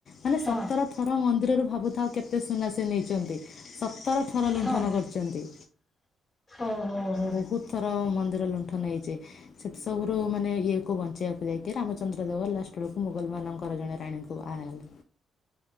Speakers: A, on the left; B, on the left.
A: ମାନେ
B: ହଁ
A: ସତର ଥର ମନ୍ଦିରରୁ ଭାବୁଥା ଅ କେତେ ସୁନା ସେ ନେଇଛନ୍ତି ସତର ଥର ଲୁଣ୍ଠନ
B: ହଁ
A: କରିଛନ୍ତି।
B: ଓହୋ। ହୋ।
A: ବହୁତ ଥର ମନ୍ଦିର ଲୁ ଣ୍ଠନ ହେଇଛି ସେଥି ସବୁରୁ ମାନେ ଇଏକୁ ବଞ୍ଚେଇବାକୁ ଯାଇକି ରାମଚନ୍ଦ୍ର ଦେବ ଲାଷ୍ଟ ବେଳକୁ ମୁଗଲମାନଙ୍କ ର ଜଣେ ରାଣୀଙ୍କୁ ବାହାହେଲେ